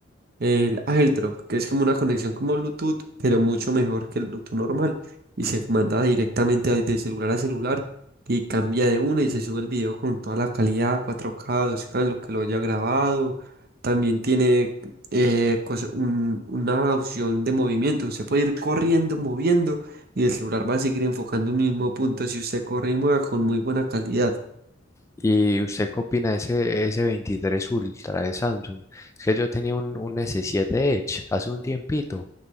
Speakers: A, on the right; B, on the left.
A: el AirDrop, que es como una conexión como Bluetooth, pero mucho mejor que el Bluetooth normal. Y se manda directamente a- de celular a celular y cambia de una y se sube el video con toda la calidad, 4K, 2K, en lo que lo haya grabado. También tiene eh, cosa- un- una opción de movimiento. Usted puede ir corriendo, moviendo y el celular va a seguir enfocando un mismo punto si usted corre y mueve con muy buena calidad.
B: ¿Y usted qué opina de ese S23 Ultra de Samsung? Es que yo tenía un, un S7 Edge hace un tiempito